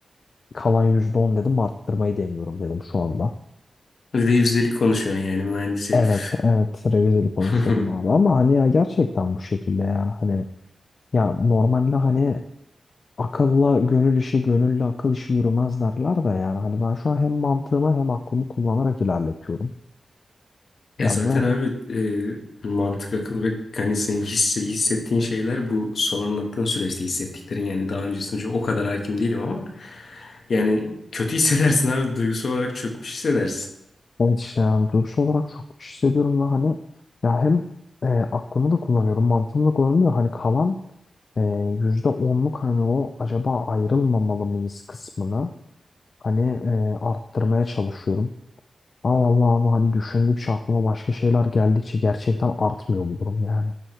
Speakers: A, on the left (about 50°); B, on the left (about 65°).
A: kalan %10 dedim arttırmayı deniyorum dedim şu anda.
B: Bir de yüzdelik konuşuyorsun yani mühendis herif.
A: Evet evet revizeli konuşuyorum
B: <laughs>
A: abi ama hani ya gerçekten bu şekilde yani hani ya normalde hani akılla gönül işi gönüllü akıl işi yürümez derler de yani hani ben şu an hem mantığımı hem aklımı kullanarak ilerletiyorum.
B: Ya
A: yani.
B: zaten
A: ve
B: abi e, mantık, akıl ve hani senin hisse, hissettiğin şeyler bu son anlattığın süreçte hissettiklerin yani daha öncesinde çok o kadar hakim değilim ama Yani kötü hissedersin abi. Duygusal olarak çökmüş hissedersin.
A: Evet işte yani duygusal olarak çok hissediyorum ve hani ya hem e, aklımı da kullanıyorum mantığımı da kullanıyorum hani kalan e, %10'luk hani o acaba ayrılmamalı mıyız kısmını hani e, arttırmaya çalışıyorum. Ama vallahi abi hani düşündükçe aklıma başka şeyler geldikçe gerçekten artmıyor bu durum yani.